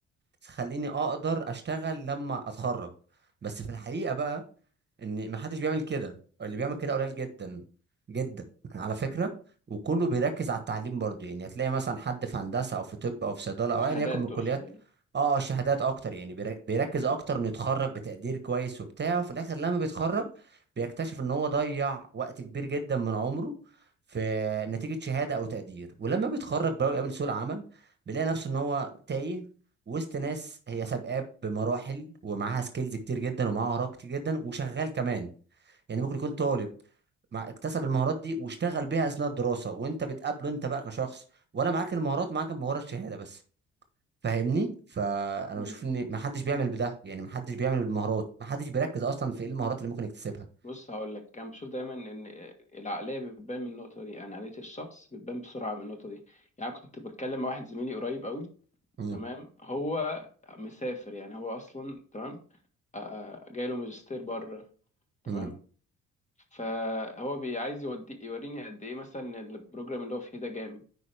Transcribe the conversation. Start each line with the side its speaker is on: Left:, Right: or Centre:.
Right: تخليني اقدر اشتغل لما اتخرج بس في الحقيقه بقى ان ما حدش بيعمل كده اللي بيعمل كده قليل جدا جدا على فكره وكله بيركز على التعليم برضه يعني هتلاقي مثلا حد في هندسه او في طب او في صيدله او ايا
Left: شهادات
Right: يكن من الكليات
Left: تقصد
Right: اه الشهادات اكتر يعني بير- بيركز اكتر انه يتخرج بتقدير كويس وبتاع وفي الاخر لما بيتخرج بيكتشف ان هو ضيع وقت كبير جدا من عمره في نتيجه شهاده او تقدير ولما بيتخرج بقى ويقابل سوق العمل بيلاقي نفسه ان هو تايه وسط ناس هي سابقاه بمراحل ومعاها سكيلز كتير جدا ومعاها مهارات كتير جدا وشغال كمان يعني ممكن يكون طالب مع اكتسب المهارات دي واشتغل بيها اثناء الدراسه وانت بتقابله انت بقى كشخص ولا معاك المهارات معاك المهاره الشهاده بس فاهمني فانا
Left: يعني
Right: بشوف ان محدش بيعمل بده يعني محدش بيعمل بالمهارات محدش بيركز اصلا في ايه المهارات اللي ممكن يكتسبها
Left: بص هقول لك كان بشوف دايما ان العقليه بتبان من النقطه دي يعني عقليه الشخص بتبان بسرعه من النقطه دي يعني كنت بتكلم مع واحد زميلي قريب قوي
Right: امم
Left: تمام هو مسافر يعني هو اصلا تمام آه، جاي له ماجستير بره تمام
Right: امم
Left: فهو بي- عايز يودي يوريني قد ايه مثلا إن البروجرام اللي هو فيه ده جامد